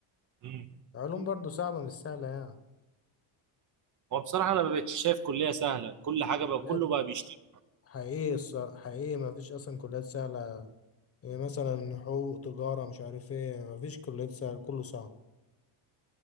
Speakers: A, on the right; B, on the left.
A: مم.
B: علوم برضو صعبة مش سهلة يعني
A: هو بصراحة أنا ما بقتش شايف كلية سهلة كل حاجة بقى
B: بجد
A: كله بقى بيشتكي
B: حقيقي الصراحة حقيقي ما فيش أصلا كليات سهلة يعني مثلا حقوق تجارة مش عارف ايه ما فيش كليات سهلة كله صعب